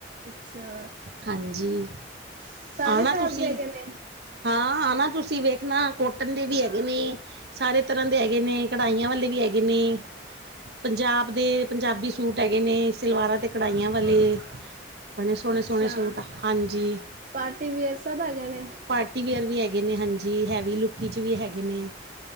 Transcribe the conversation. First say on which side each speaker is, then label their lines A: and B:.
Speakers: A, on the right; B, on the right.
A: ਅੱਛਾ
B: ਹਾਂਜੀ
A: ਸਾਰੇ
B: ਆਣਾ
A: ਟੋਪ
B: ਤੁਸੀਂ।
A: ਦੇ ਹੈਗੇ ਨੇ
B: ਹਾਂ ਆਣਾ ਤੁਸੀਂ ਵੇਖਣਾ ਕੋਟਨ ਦੇ ਵੀ
A: ਹਾਂ
B: ਹੈਗੇ ਨੇ। ਸਾਰੇ ਤਰ੍ਹਾਂ ਦੇ ਹੈਗੇ ਨੇ ਕਢਾਈਆਂ ਵਾਲੇ ਵੀ ਹੈਗੇ ਨੇ। ਪੰਜਾਬ ਦੇ ਪੰਜਾਬੀ ਸੂਟ ਹੈਗੇ ਨੇ ਸਲਵਾਰਾਂ ਤੇ ਕੜਾਹੀਆਂ ਵਾਲੇ। ਬਣੇ ਸੋਹਣੇ-ਸੋਹਣੇ
A: ਅੱਛਾ
B: ਸੂਟ ਹਾਂਜੀ।
A: ਪਾਰਟੀ ਵੇਅਰ ਸਭ ਹੈਗੇ ਨੇ।
B: ਪਾਰਟੀ ਵੇਅਰ ਵੀ ਹੈਗੇ ਨੇ ਹਾਂਜੀ ਹੈਵੀ ਲੁਕੀ ਚ ਵੀ ਹੈਗੇ ਨੇ।